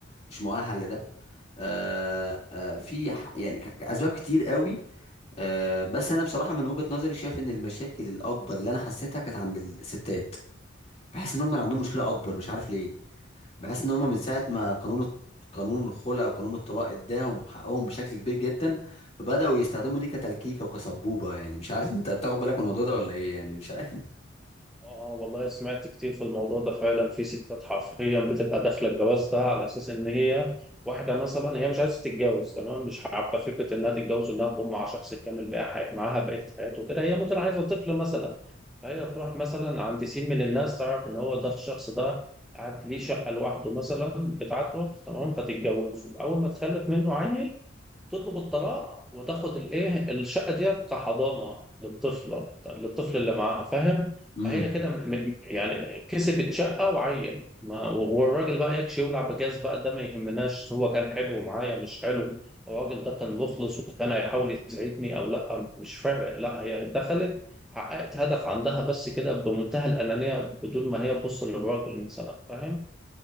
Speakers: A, on the left (about 30°); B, in the centre.
A: مش مؤهل لده آه، آه، في ح- يعني ك- اسباب كتير قوي أه بس انا بصراحه من وجهه نظري شايف ان المشاكل الاكبر اللي انا حسيتها كانت عند الستات بحس ان هم اللي عندهم مشكله اكبر مش عارف ليه بحس ان هم من ساعه ما قانون الط- قانون الخلع وقانون الطلاق اداهم حقهم بشكل كبير جدا فبداوا يستخدموا دي كتلكيكه وكسبوبه يعني مش عارف <laughs> انت بتاخد بالك من الموضوع ده ولا ايه يعني مش عارف
B: اه والله سمعت كتير في الموضوع ده فعلا في ستات حرفيا بتبقى داخله الجواز ده على اساس ان هي واحده مثلا هي مش عايزه تتجوز تمام مش حابه فكره انها تتجوز انها تقوم مع شخص تكمل بقى حي- معاها بقيه حياته كده هي ممكن عايزه طفل مثلا فهي تروح مثلا عند سين من الناس تعرف ان هو ده الشخص ده قاعد ليه شقه لوحده مثلا بتاعته تمام فتتجوزه اول ما تخلف منه عيل تطلب الطلاق وتاخد الايه الشقه ديت كحضانه للطفله للطفل اللي معاها فاهم
A: امم
B: فهي كده م- م- يعني كسبت شقه وعين ما والراجل بقى يكشي يولع بجاز بقى ده ما يهمناش هو كان حلو معايا مش حلو الراجل ده كان مخلص وكان هيحاول يسعدني او لا مش فارق لا هي دخلت حققت هدف عندها بس كده بمنتهى الانانيه بدون ما هي تبص للراجل مثلا فاهم